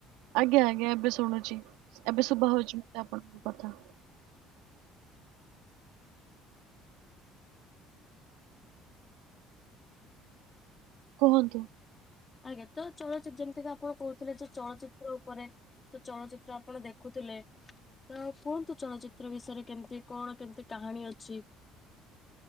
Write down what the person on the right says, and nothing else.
ଆଜ୍ଞା ଆଜ୍ଞା। ଏବେ ଶୁଣୁଛି, ଏବେ ଶୁଭା ହଉଛି ମତେ ଆପଣଙ୍କ କଥା। କୁହନ୍ତୁ?